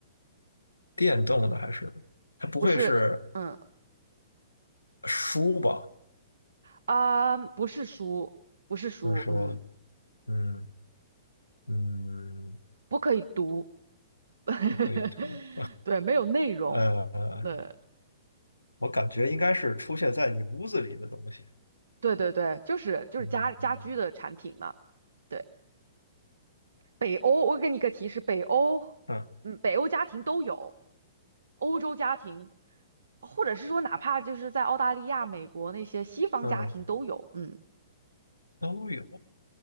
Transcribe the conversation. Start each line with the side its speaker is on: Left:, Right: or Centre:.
Left: 电动的还是它不会是
Right: 不是，嗯
Left: 书吧？
Right: 啊，不是书，不是书，
Left: 就是说，
Right: 嗯，
Left: 嗯嗯，
Right: 不可以读，<laughs>
Left: 不可以读。
Right: 对，没有内容，
Left: 呃，
Right: 对。
Left: 我感觉应该是出现在你屋子里的东西。
Right: 对对对，就是就是家家居的产品嘛。
Left: 嗯嗯
Right: 对，北欧，我给你一个提示，北欧，
Left: 嗯
Right: 嗯，北欧家庭都有，欧洲家庭，或者是说哪怕就是在澳大利亚、美国那些西方家庭都有。
Left: 嗯，
Right: 嗯，
Left: 都有